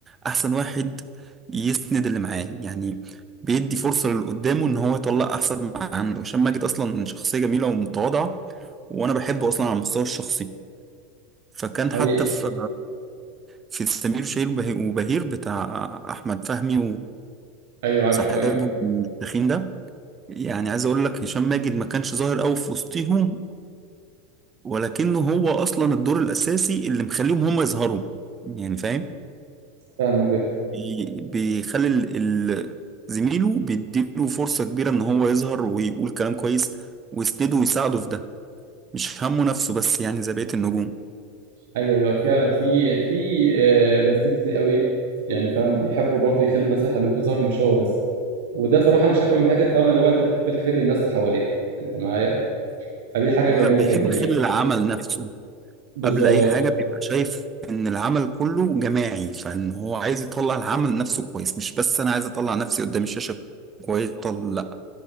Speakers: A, on the right; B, on the right.
A: احسن واحد يسند اللي معاه يعني بيدي فرصة للي قدامه ان هو يطلع احسن ما عنده هشام ماجد اصلا شخصية جميلة ومتواضعة وانا بحبه اصلا على المستوى الشخصي فكان
B: حقيقي
A: حتى في في سمير وشهير وبهير وبهير بتاع احمد فهمي
B: ايوه عارفه
A: وصاحبه
B: ايوه
A: التخين ده يعني عايز اقول لك هشام ماجد ما كانش ظاهر قوي في وسطيهم ولكنه هو اصلا الدور الاساسي اللي مخليهم هم يظهروا يعني فاهم
B: فاهمك جدا
A: بي- بيخلي ال- ال- زميله بيديله فرصة كبيرة ان هو يظهر ويقول كلام كويس ويسنده ويساعده في ده مش همه نفسه بس يعني زي بقية النجوم
B: ايوه ايوه فعلا في في آه، ممثلين كتير قوي يعني فاهم بيحبوا برضه يخلوا الناس اللي حواليهم تظهر مش هو بس وده بصراحه انا شايفها من حته فاهم اللي هو انت بتحب الخير للناس اللي حواليك انت معايا فدي حاجه
A: لا
B: جميله
A: بيحب
B: جدا يعني
A: خير العمل نفسه
B: بالظبط
A: قبل اي حاجة بيبقى شايف ان العمل كله جماعي فان هو عايز يطلع العمل نفسه كويس مش بس انا عايز اطلع نفسي قدام الشاشة كويس لا